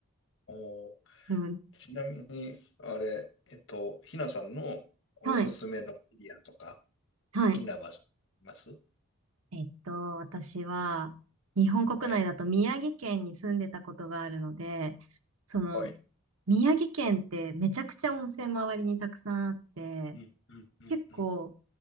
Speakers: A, on the left (about 60°); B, on the right (about 75°).
A: おー、
B: でも、
A: ちなみに、あれ、えっと、ひなさんのおすすめのエリアとか、
B: はい、はい。
A: 好きな場所あります
B: えっと、私は、日本国内だと宮城県に住んでたことがあるので、
A: はい。
B: その、
A: はい。
B: 宮城県ってめちゃくちゃ温泉周りにたくさんあって、
A: うん、うん、うん、
B: 結構、
A: うん。